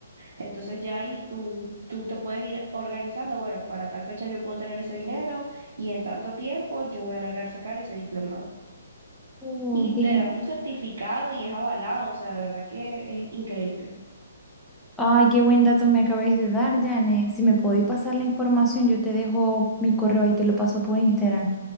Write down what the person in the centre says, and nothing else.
mm,
dije,
Ay, qué buen dato me acabáis de dar, Jane. Si me podéis pasar la información, yo te dejo mi correo y te lo paso por Instagram.